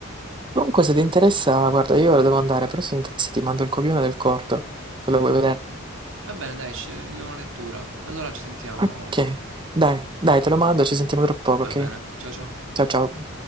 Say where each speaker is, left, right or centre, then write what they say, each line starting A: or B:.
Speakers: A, on the right; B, on the right.
A: Comunque, se ti interessa, guarda, io ora devo andare, però se ti interessa ti mando il copione del corto, se lo vuoi vedere.
B: Va bene, dai, ci, gli do una lettura. Allora ci sentiamo.
A: Ok, dai, dai, te lo mando, ci sentiamo tra poco,
B: Va
A: ok?
B: bene, ciao ciao.
A: Ciao ciao.